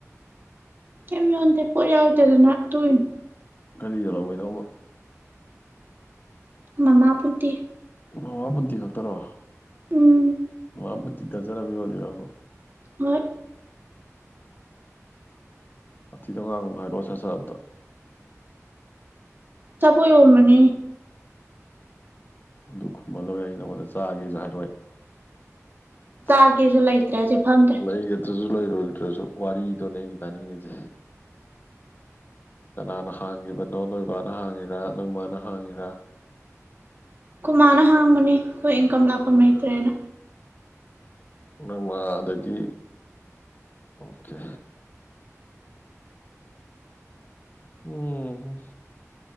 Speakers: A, on the right; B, on the left.
A: ꯀꯏꯝ ꯌꯣꯟꯗꯦ ꯄꯣꯠ ꯌꯥꯥꯎꯗꯦꯗꯅ ꯇꯣꯛꯏꯅꯤ
B: ꯀꯔꯤ ꯌꯦꯂꯝꯃꯤꯅꯣꯕ
A: ꯃꯃꯥꯄꯨꯟꯇꯤ
B: ꯃꯃꯥꯄꯨꯟꯇꯤ ꯈꯛꯇꯔꯣ
A: ꯎꯝ
B: ꯃꯃꯥꯄꯨꯟꯇꯤ ꯗꯔꯖꯟ ꯑꯃ ꯌꯣꯜꯂꯤꯔꯕ
A: ꯃꯣꯏ
B: ꯋꯥꯊꯤꯗꯣ ꯉꯥꯡꯉꯅꯣ ꯍꯥꯏꯔꯛꯣ ꯁꯠ ꯁꯠ ꯑꯝꯇ
A: ꯑꯆꯥꯄꯣꯠ ꯌꯣꯟꯕꯅꯤ
B: ꯑꯗꯨ ꯈꯨꯝꯃ ꯂꯣꯏꯔꯦ ꯑꯩ ꯅꯉꯣꯟꯗ ꯆꯥꯒꯦꯖꯨ ꯍꯥꯏꯔꯛꯑꯣꯏ
A: ꯆꯥꯒꯦꯁꯨ
B: ꯆꯥꯛꯇꯤ
A: ꯂꯩꯇ꯭ꯔꯦ
B: <unintelligible>
A: ꯍꯧꯖꯤꯛ ꯐꯝꯗ꯭ꯔꯦ
B: ꯂꯩꯌꯦꯞ ꯑꯗꯨꯖꯨ ꯂꯩꯔꯣꯏꯗ꯭ꯔꯖꯨ ꯋꯥꯔꯤꯗꯣꯅꯦ ꯑꯩꯅ ꯇꯥꯅꯤꯡꯉꯤꯖꯦ ꯀꯅꯥꯅ ꯍꯥꯡꯉꯤꯕꯅꯣ ꯅꯣꯏꯕꯥꯅ ꯍꯥꯡꯉꯤꯔꯥ ꯅꯣꯏ ꯃꯥꯅ ꯍꯥꯡꯉꯤꯔꯥ
A: ꯑꯩꯈꯣꯏ ꯃꯥꯅ ꯍꯥꯡꯕꯅꯤ ꯑꯩꯈꯣꯏ ꯏꯟꯀꯝ ꯂꯥꯛꯐꯝ ꯂꯩꯇ꯭ꯔꯦꯅ
B: ꯅꯪ ꯃꯥꯗꯒꯤ ꯑꯣꯀꯦ ꯎꯝ